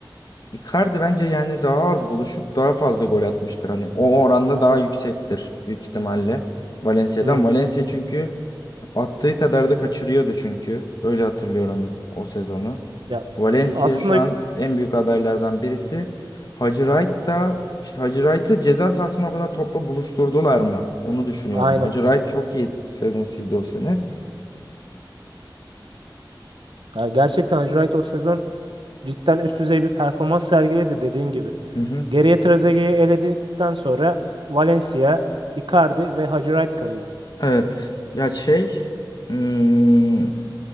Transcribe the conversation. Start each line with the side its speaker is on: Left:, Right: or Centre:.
Left: Icardi bence yani daha az buluşup daha fazla gol atmıştır hani o oranda daha yüksektir büyük ihtimalle Valencia'dan.
Right: Hmm.
Left: Valencia çünkü Attığı kadar da kaçırıyordu çünkü. Öyle hatırlıyorum o sezonu.
Right: Ya
Left: Valencia
Right: aslında
Left: şu an en büyük adaylardan birisi. Hacı Wright da işte Hacı Wright'ı ceza sahasına o kadar topla buluşturdular mı? Onu düşünüyorum.
Right: aynen.
Left: Hacı Wright çok iyi senesiydi o sene.
Right: Ya gerçekten Albright o sezon cidden üst düzey bir performans sergiledi dediğin gibi.
Left: Hı hı.
Right: Geriye Trezeguet'i eledikten sonra Valencia, Icardi ve Albright kalıyor.
Left: Evet. Ya şey hmm,